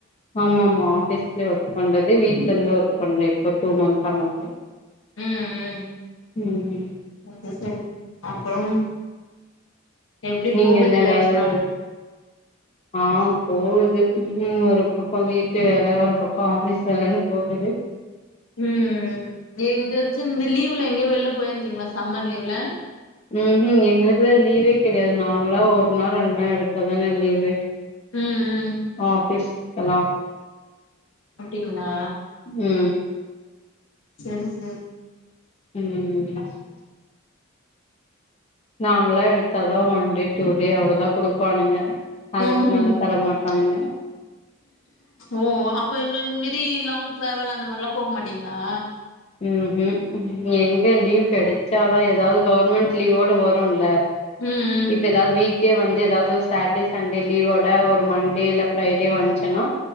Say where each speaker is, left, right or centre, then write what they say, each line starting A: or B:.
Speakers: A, on the left; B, on the left.
A: ஆமா ஆமா ஆஃபீஸ்ல ஒர்க் பண்றது வீட் வீட்டுல இருந்தே ஓர்க் பண்றே இப்போ டுமன்தா மட்டு
B: உம்
A: ம்
B: உம் சரி சரி அப்புறம் எப்டி
A: நீங்க
B: போகுது
A: என்ன ஏதாவது
B: லைஃப்லா
A: ஆ போகுது ம் ஒரு பக்கோ வீட்டு வேல ஒரு பக்கோ ஆஃபீஸ் வேலன்னு போகுது
B: உம் எங்காச்சி இந்த லீவ் ல்ல எங்கே வெளில போயிருந்தீங்களா சம்மர் லீவ்ல
A: ம் ஹ்ம் எங்களுக்குளா லீவே கெடையாது நாங்களா ஒரு நாள் ரெண்டு நாள் எடுத்தாதானே லீவு
B: ம் ம்
A: ஆ பேஸ் எனா
B: அப்டிங்களா
A: ம்
B: சரி சரி
A: ம் நாங்களா எடுத்தாதா ஒன்டே டூடே அவுளதா குடுப்பானுங்க அதுக்கு
B: ம்
A: மேல
B: ம்
A: தர மாட்டானுங்க
B: ஓ அப்ப இது மாரி லாங்ட்ராவல் அந்த மாரிலா போக மாட்டீங்களா
A: ம் ம் எங்க லீவ் கெடச்சாதா ஏதாவது கவர்மெண்ட் லீவோடு வருலே
B: ம்
A: இதுதா வீக் எப்டியே வந்து ஏதாவது சாட்டர்டே சண்டே லீவோட ஒரு மண்டேயில்ல ஃப்ரைடே வந்துச்னா